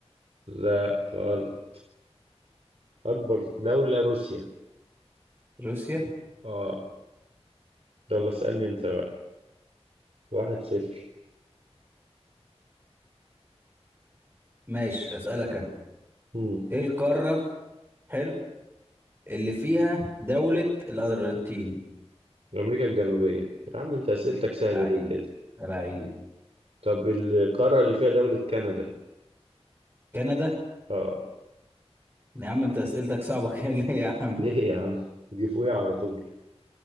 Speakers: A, on the right; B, on the right.
A: لا غلط أكبر دولة روسيا
B: روسيا
A: آه يلا اسألني أنت بقى واحد صفر
B: ماشي اسألك انا
A: مم.
B: ايه القارة حلو اللي فيها دولة الأرجنتين
A: أمريكا الجنوبية يا عم أنت أسئلتك سهلة
B: لعيب
A: ليه كده
B: لعيب
A: طب القارة اللي فيها دولة كندا
B: كندا
A: آه
B: يا عم انت اسئلتك صعبة <laughs> كده ليه يا عم
A: ليه يا عم دي فوقيها على طول